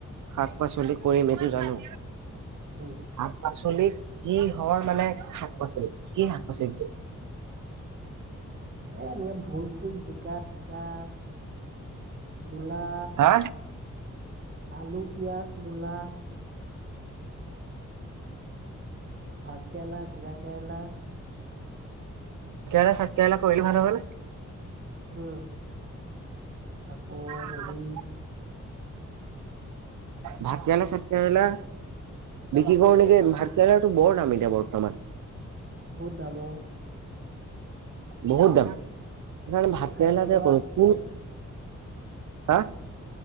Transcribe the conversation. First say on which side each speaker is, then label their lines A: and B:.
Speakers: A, on the right; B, on the right.
A: শাক পাচলি কৰিম এই টো জানো
B: উম
A: শাক পাচলি কি হল মানে শাক পাচলিটো কি শাক পাচলিটো
B: এ নে ভুল ফুল জিকা টিকা মূলা
A: হা?
B: আলু পিয়য়াজ মূলা ভাত কেৰেলা তিৰা কেৰেলা
A: তিতাকেৰেলা ভাতকেৰেলা কৰিলে ভাল হ'ব নে
B: উম আকৌই
A: ভাত
B: হম
A: ভাত কেৰেলা চাত কেৰেলা বিক্ৰী কৰো নেকি ভাত কেৰেলাটো বৰ দাম এতিয়া বৰ্তমান
B: বহুত দামৰ আ
A: বহুত দাম সেইকাৰণ ভাতলা
B: চাৰিশ টকা
A: যকে কোনো কোন
B: চাৰি
A: হা